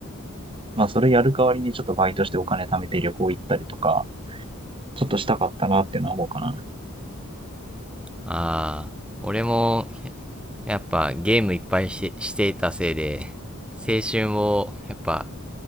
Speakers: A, on the right; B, in the centre.
A: まあ、それやる代わりにちょっとバイトしてお金貯めて旅行行ったりとか、ちょっとしたかったなっていうのは思うかな。
B: ああ、俺も、やっぱゲームいっぱいして、していたせいで、青春をやっぱ